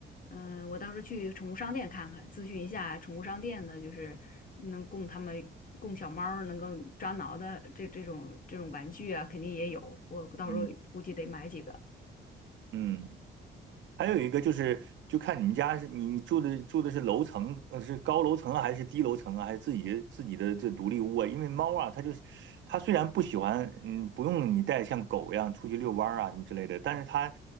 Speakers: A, on the left (about 45°); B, on the right (about 70°).
A: 嗯、我到时候去宠物商店看看，咨询一下宠物商店的，就是能供它们供小猫儿能够抓挠的这这种这种玩具啊，肯定也有，我到时候估计得买几个。
B: 嗯嗯。还有一个就是，就看你们家是你你住的住的是楼层，呃是高楼层啊，还是低楼层啊，还是自己自己的这独立屋啊？因为猫啊，它就是它虽然不喜欢，嗯，不用你带像狗一样出去遛弯儿啊什么之类的，但是它